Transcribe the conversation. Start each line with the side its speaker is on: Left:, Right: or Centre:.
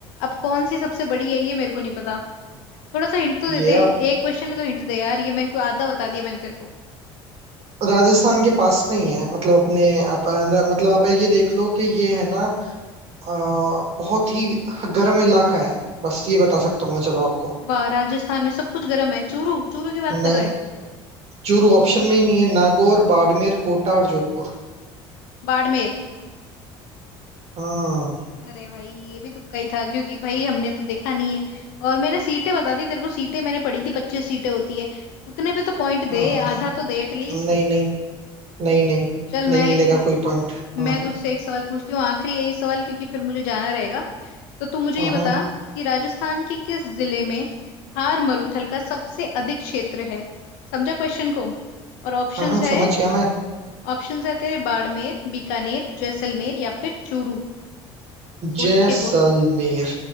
Left: अब कौन सी सबसे बड़ी है ये मेरे को नहीं पता थोड़ा सा हिंट तो दे
Right: ये
Left: दे
Right: अब
Left: एक क्वेश्चन में तो हिंट दे यार ये मेरे को आधा बता दिया मैंने तेरे को
Right: राजस्थान के पास में ही है मतलब अपने आप मतलब आप ये देख लो कि ये है ना अ, बहुत ही गर्म इलाका है बस ये बता सकता हूँ मैं चलो आपको
Left: वाह राजस्थान में सब कुछ गर्म है चूरू चूरू की बात कर
Right: नहीं
Left: रहा है
Right: चूरू ऑप्शन में ही नहीं है नागौर बाड़मेर कोटा और जोधपुर
Left: बाड़मेर
Right: हाँ
Left: अरे भाई ये भी तुक्का ही था क्योंकि भाई हमने तो देखा नहीं है और मैंने सीटें बता दी तेरे को सीटें मैंने पढ़ी थी पच्चीस सीटें होती है उतने पे तो पॉइंट दे
Right: हाँ
Left: आधा तो दे एटलीस्ट
Right: नहीं नहीं नहीं नहीं
Left: चल मैं
Right: नहीं मिलेगा
Left: एक
Right: कोई पॉइंट
Left: मैं
Right: हाँ
Left: तुझसे एक सवाल पूछती हूँ आखिरी यही सवाल क्योंकि फिर मुझे जाना रहेगा तो तू मुझे
Right: हाँ
Left: ये बता
Right: हाँ
Left: कि राजस्थान के किस जिले में थार मरुथल का सबसे अधिक क्षेत्र है समझा क्वेश्चन को और ऑप्शंस
Right: हाँ, हाँ,
Left: है
Right: समझ गया मैं
Left: ऑप्शंस है तेरे बाड़मेर बीकानेर जैसलमेर या फिर चूरू सोच
Right: जैसलमेर
Left: के बोल